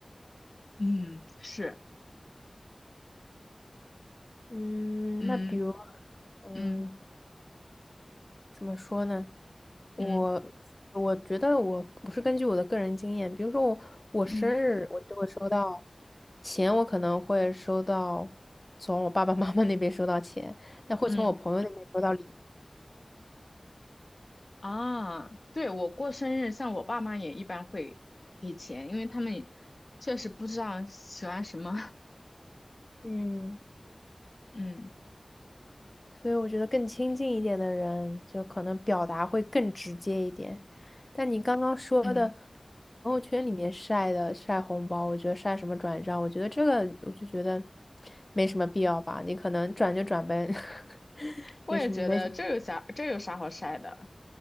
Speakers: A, on the left (about 55°); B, on the left (about 30°).
A: 嗯，是，
B: 嗯，
A: 嗯
B: 那比如。嗯，
A: 嗯
B: 怎么说呢？我
A: 嗯
B: 我觉得我我是根据我的个人经验，比如说我我生日我就会收到
A: 嗯
B: 钱，我可能会收到从我爸爸妈妈那边收到钱，但会从我朋友那边收到礼物。
A: 嗯啊，对，我过生日，像我爸妈也一般会给钱，因为他们也确实不知道喜欢什么，<laughs>
B: 嗯。
A: 嗯
B: 所以我觉得更亲近一点的人，就可能表达会更直接一点。但你刚刚说的
A: 嗯，
B: 朋友圈里面晒的晒红包，我觉得晒什么转账，我觉得这个我就觉得没什么必要吧。你可能转就转呗，<laughs>
A: 我也觉得这有啥这有啥好晒的，
B: 有什么没什么？